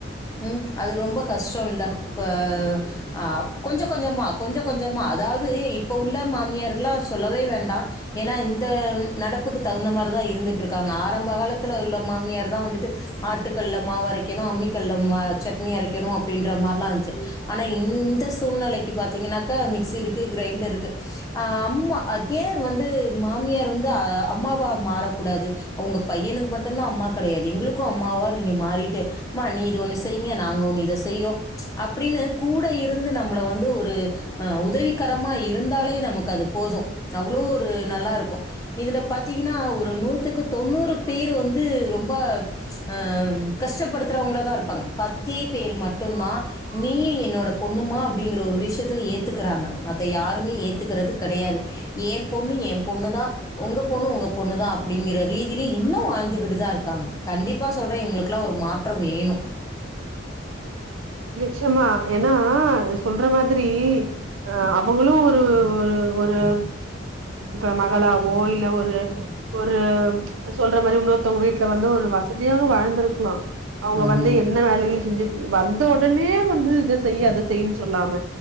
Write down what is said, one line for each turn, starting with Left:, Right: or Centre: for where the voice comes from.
Left: ம் அது ரொம்ப கஷ்டொ இல்ல ப்ப அ கொஞ்ச கொஞ்சமா கொஞ்ச கொஞ்சமா அதாது இப்ப உள்ள மாமியார்க்லா சொல்லவே வேண்டா ஏனா இந்த நடப்புக்கு தகுந்த மாரிதா இருந்துட்ருக்காங்க ஆரம்ப காலத்துல உள்ள மாமியார் தா வந்துட்டு ஆட்டுக்கல்ல மாவு அரைக்கணு அம்மி கல்ல ம சட்னி அரைக்கணு அப்டின்ற மார்லா செரி ஆனா இந்தெந்த சூழ்நிலைக்கு பாத்தீங்கனாக்கா மிக்சி இருக்கு கிரைண்டர் இருக்கு அ அம்மா அகைன் வந்து மாமியார் வந்து அம்மாவா மாறக்கூடாது ஒங்க பையனுக்கு மட்டுதா அம்மா கெடையாது எங்ளுக்கு அம்மாவா நீங்க மாறிட்டு மா நீ இத ஒன்னு செய்ங்க நாங்க ஒன்னு இத செய்றோ அப்டினு கூட இருந்து நம்மள வந்து ஒரு ஒரு அ உதவிகரமா இருந்தாலே நமக்கு அது போது அவ்ளோ ஒரு நல்லாருக்கூ இதுல பாத்தீங்கனா ஒரு நூத்துக்கு தொண்ணூறு பேரு வந்து ரொம்ப அ கஷ்டப்படுத்துறவங்களா தா இருப்பாங்க பத்தே பேரு மட்டு தா நீயீ என்னோட பொண்ணுமா அப்டிங்கிற ஒரு விஷயத்துல ஏத் ஏத்துக்கிறாங்க மத்த யாருமே ஏத்துக்கிறது கெடையாது ஏ பொண்ணு ஏ பொண்ணு தா ஒங்க பொண்ணு ஒங்க பொண்ணு தா அப்டிங்கிற ரீதிலே இன்னு வாழ்ந்துகிட்டு தா இருக்காங்க கண்டிப்பா சொல்றே இவுங்ளுக்குலா ஒரு மா ற்ற வேணு
Right: நிச்சிமா ஏனா இது சொல்ற மாதிரி அ அவுங்களு ஒரு ஒரு <unintelligible> ளவோ இல்ல ஒரு ஒரு சொல்ற மாரி இன்னொருத்தவங்க வீட் ட்ல வந்து ஒரு வசதியாக வாழ்ந்திருக்லா அவுங்க
Left: ம்,
Right: வந்து எந்த வேலைகளையு செஞ்சு வந் ந்த ஒடனே வந்து இத செய் அத செய்னு சொல்லாம